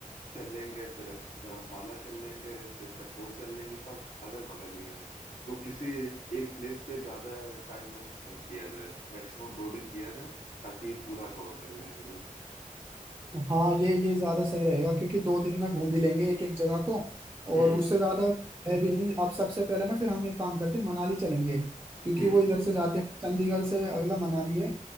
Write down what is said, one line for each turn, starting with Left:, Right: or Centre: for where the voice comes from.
Left: चल लेंगे फिर धर्मशाला चल लेंगे फिर कसोल चल लेंगे सब अगल बगल ही है तो किसी एक प्लेस पे ज्यादा टाइम ना स्पेंड किया जाए मैक्सिमम दो दिन किया जाए ताकि पूरा कवर कर ले हम लोग
Right: हाँ ये ये ज्यादा सही रहेगा क्योंकि दो दिन में घूम भी लेंगे एक एक जगह को
Left: हम्म
Right: और उससे ज्यादा है भी नहीं आप सबसे पहले ना फिर हम एक काम करते हैं मनाली चलेंगे क्योंकि
Left: हम्म
Right: वो इधर से जाते हैं चंडीगढ़ से अगला मनाली है